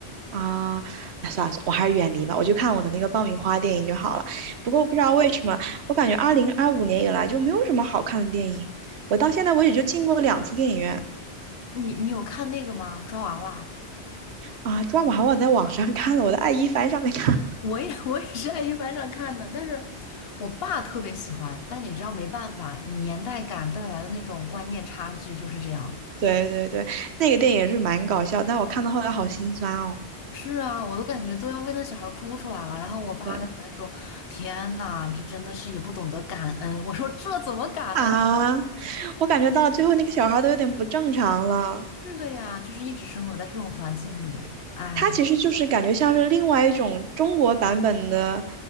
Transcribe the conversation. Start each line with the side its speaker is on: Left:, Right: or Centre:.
Right: 啊，那算了算了，我还是远离吧，我就看我的那个爆米花电影就好了。不过我不知道为什么，我感觉二零二五年以来就没有什么好看的电影，我到现在为止就进过两次电影院
Left: 你你有看那个吗？抓娃娃，
Right: 啊，抓马还我在网上看了，我在爱一帆上面看了。<laughs>
Left: 我也 <laughs> 我也是在一帆上看的，但是我爸特别喜欢，但你知道没办法，你年代感带来的那种观念差距就是这样。
Right: 对对对，那个电影是蛮搞笑，但我看到后来好心酸哦。
Left: 是啊，我都感觉都要为那小孩哭出来了，然后我爸在旁边说：
Right: 对
Left: “天呐，这真的是也不懂得感恩。”我说：“这怎么感恩？”
Right: 啊，我感觉到最后那个小孩都有点不正常了。
Left: 是的呀，就是一直生活在这种环境里，哎，
Right: 它其实就是感觉像是另外一种中国版本的，